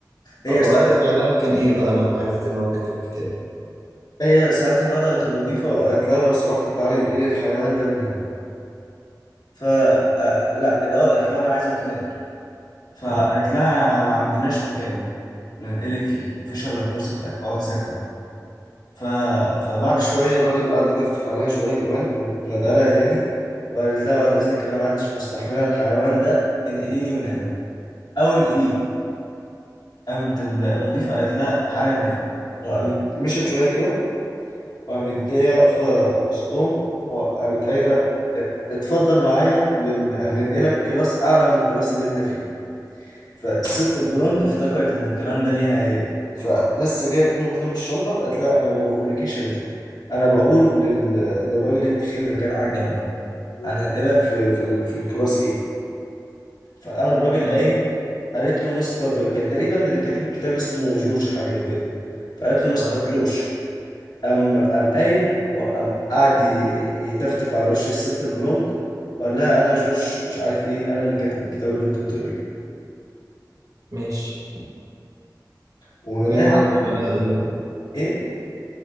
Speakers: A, on the left; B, on the right.
A: هي
B: ورد
A: ساعتها
B: فعلها كان ايه بقى لما عرفت ان هو كاتب كتاب
A: هي ساعتها نادت المضيفه وقالت لها لو سمحتي تعالي انقلي الحيوان ده من هنا ف آه، لا الاول قالت لها انا عايزه اتنقل فقالت
B: اه
A: لها ما عندناش مكان ننقلك فيه مفيش الا الكرسي بتاعك اقعدي ساكته بقى ف... فبعد شويه الراجل قعد يتفتف عليها شويه كمان قامت نادالها تاني وقالت لها بعد اذنك انا ما عدتش مستحمله الحيوان ده انقليني من هنا او انقليه قامت المضيفة قالت لها حالا نافل وقامت مشت شوية كده وقامت جاية واقفة وسطهم وقامت قايلة ات- اتفضل معايا لل... هننقلك كلاس أعلى من الكلاس اللي أنت فيه فالست البلوند افتكرت إن الكلام ده ليها هي فلسه جاية تقوم وتلم الشنطة قالت لها أنا ما بقولكيش أنتي أنا بقول لل... للراجل التخين اللي كان قاعد جنبها هننقلك في في, ال... في الكلاس إيه فقام الراجل
B: اه
A: قايم قالت له مستر كان تقريبا اللي كاتب الكتاب اسمه جورج حاجة كده فقالت له مستر
B: اه
A: جورج قام قام قايم وقام قعد ي- يتفتف على وش الست البلوند وقال لها انا جوش مش عارف ايه انا اللي كاتب الكتاب اللي انت بتقريه
B: ماشي
A: وده
B: وهي
A: يعني
B: رد فعلها ايه بقى
A: ايه